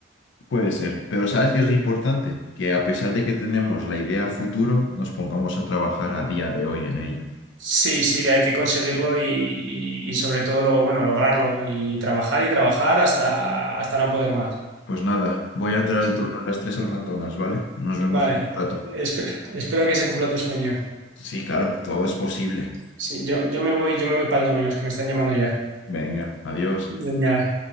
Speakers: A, on the left; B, on the right.
A: puede ser. Pero ¿sabes qué es lo importante? Que a pesar de que tenemos la idea a futuro, nos pongamos a trabajar a día de hoy en ello.
B: Sí, sí, hay que conseguirlo y, y- y sobre todo lo, bueno, lograrlo y trabajar y trabajar hasta, hasta no poder más.
A: Pues nada, voy a entrar
B: Así
A: al turno
B: que,
A: a las 3
B: bueno,
A: al McDonald's, ¿vale? Nos vemos
B: vale,
A: en un rato.
B: espero, espero que se cumpla tu sueño.
A: Sí, claro, todo es posible.
B: Sí, yo, yo me voy, yo me voy para el Domino's, que me están llamando ya.
A: Venga, adiós.
B: Venga.